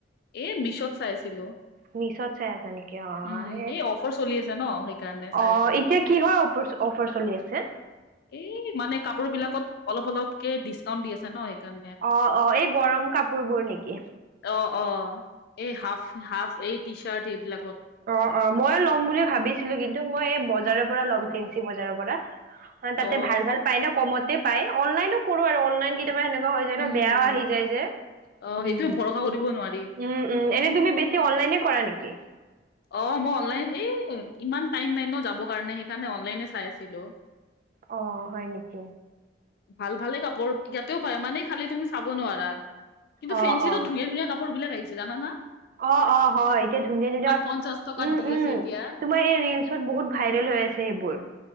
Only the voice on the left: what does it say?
এ মিছত চাই আছিলো।
উম
এই অফাৰ চলি আছে ন সেইকাৰণে। চাই
আছিলো।
এই মানে কাপোৰবিলাকত অলপ অলপকে ডিচকাউণ্ট দি আছে ন সেইকাৰণে।
অ অ, এই হাফ হাফ এই টি চাৰ্ট এইবিলাকত।
অ
উম
অ
সেইটোয়ে ভৰসা কৰিব নোৱাৰি।
অ মই অনলাইন, এ ইমান টাইম নাই ন যাবৰ কাৰণে সেইকাৰণে অনলাইনে চাই আছিলো।
ভাল ভালে কাপোৰ ইয়াতেও পায় মানে খালি তুমি চাব নোৱাৰা। কিন্তু
ফেঞ্চিতো
ধুনীয়া - ধুনীয়া কাপোৰবিলাক আহিছে জানা না?
পঞ্চাশ টকাত
দি
আছে এতিয়া অ